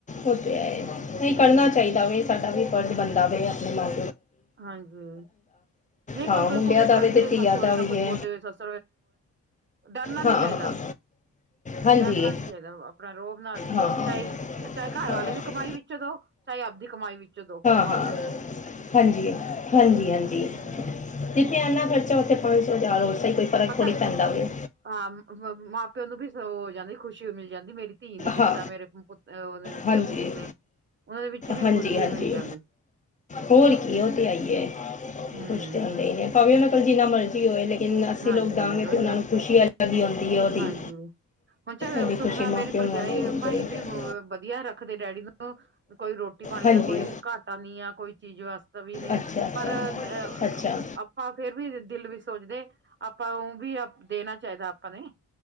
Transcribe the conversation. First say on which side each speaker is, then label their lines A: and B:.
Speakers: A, on the left; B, on the right.
A: ਉਹ ਤਾਂ ਹੈ। ਨਹੀਂ ਕਰਨਾ
B: ਹਮ
A: ਚਾਹੀਦਾ ਵੇ ਸਾਡਾ ਵੀ ਫਰਜ਼ ਬਣਦਾ ਵੇ ਆਪਣੇ ਮਨ
B: ਹਾਂਜੀ ਨਹੀਂ
A: ਹਾਂ
B: ਕੋਈ ਕੋਈ
A: ਮੁੰਡਿਆਂ
B: ਕੁੜੀਆਂ
A: ਦਾ
B: ਡਰਦੇ
A: ਵੀ ਤੇ ਧੀਆਂ
B: ਸੱਸ ਸਹੁਰੇ
A: ਦਾ
B: ਨਾਲ
A: ਵੀ
B: ਕੁੱਝ
A: ਹੈ
B: ਬੋਲਦੇ ਹੋਏ ਸੱਸ ਡਰਨਾ ਨਹੀਂ
A: ਹਾਂ
B: ਚਾਹੀਦਾ।
A: ਹਾਂ ਹਾਂਜੀ
B: ਡਰਨਾ ਨਹੀਂ ਚਾਹੀਦਾ। ਆਪਣਾ ਰੋਬ ਨਾਲ
A: ਹਾਂ ਹਾਂ
B: ਚਾਹੇ ਚਾਹੇ ਘਰ
A: ਹਾਂ
B: ਵਾਲੇ ਦੀ ਕਮਾਈ ਵਿੱਚੋਂ ਦਓ। ਚਾਹੇ ਆਪਦੀ ਕਮਾਈ ਵਿੱਚੋਂ ਦਓ ਮਾਂ
A: ਹਾਂ
B: ਪਿਓ ਨੂੰ।
A: ਹਾਂਜੀ ਹਾਂਜੀ ਹਾਂਜੀ
B: ਹਮ
A: ਜਿੱਥੇ ਇੰਨਾ ਖਰਚਾ ਉੱਥੇ ਪੰਜ ਸੌ ਹਜਾਰ ਹੋਰ ਸਹੀ ਕੋ ਫਰਕ
B: ਪਤਾ
A: <unintelligible> ਪੈਂਦਾ ਵੀ ਐ।
B: ਹਾਂ ਮਾਂ ਪਿਓ ਨੂੰ ਵੀ ਸੋ ਜਾਂਦੀ ਖੁਸ਼ੀ ਉਹ ਮਿਲ ਜਾਂਦੀ ਮੇਰੀ ਧੀ ਨੇ ਦਿੱਤਾ।
A: ਹਾਂ
B: ਮੇਰੇ ਪੁੱਤ ਉਹ ਨੇ ਦਿੱਤਾ
A: ਹਾਂਜੀ
B: ਪੁੱਤ ਨੇ। ਉਹਨਾਂ ਦੇ ਵਿੱਚ ਵੀ
A: ਹਾਂਜੀ
B: ਖੁਸ਼ੀ
A: ਹਾਂਜੀ
B: ਮਿਲ ਜਾਂਦੀ।
A: ਹੋਰ ਕੀ ਉਹ ਤੇ ਹੈ ਈ ਐ
B: ਹਮ
A: ਕੁਛ ਤੇ ਹੁੰਦਾ ਹੀ ਨੇ। ਭਾਵੇਂ ਉਹਨਾਂ ਕੋਲ ਜਿੰਨਾ ਮਰਜ਼ੀ ਹੋਵੇ। ਲੇਕਿਨ ਅਸੀਂ
B: ਹਾਂਜੀ
A: ਲੋਕ ਦਵਾਂਗੇ ਤਾਂ
B: ਉਹੀ
A: ਉਹਨਾਂ
B: ਨਾ
A: ਨੂੰ ਖੁਸ਼ੀ ਅਲੱਗ ਹੀ ਆਉਂਦੀ ਹੈ ਉਹਦੀ।
B: ਹਾਂਜੀ ਹੁਣ ਚੱਲ
A: ਉਹਦੀ
B: ਸੁਖ
A: ਖੁਸ਼ੀ
B: ਨਾ
A: ਮਾਪਿਆਂ
B: ਮੇਰੀ ਭਰਜਾਈ
A: ਨੂੰ ਅਲੱਗ ਹੁੰਦੀ
B: ਭਾਈ
A: ਹੈ
B: ਵੀ ਵਧੀਆ ਰੱਖਦੇ ਡੈਡੀ ਨੂੰ। ਕੋਈ ਰੋਟੀ ਪਾਣੀ
A: ਹਾਂਜੀ
B: ਦਾ ਕੋਈ ਘਾਟਾ ਨਹੀਂ ਆ। ਕੋਈ ਚੀਜ਼ ਵਾਸਤੇ ਵੀ ਨਹੀਂ
A: ਅੱਛਾ ਅੱਛਾ
B: ਪਰ ਅ
A: ਅੱਛਾ
B: ਆਪਾਂ ਫਿਰ ਵੀ ਦਿਲ ਵਿੱਚ ਸੋਚਦੇ ਆਪਾਂ ਉਹ ਵੀ ਦੇਣਾ ਚਾਹੀਦਾ ਆਪਾਂ ਨੇ।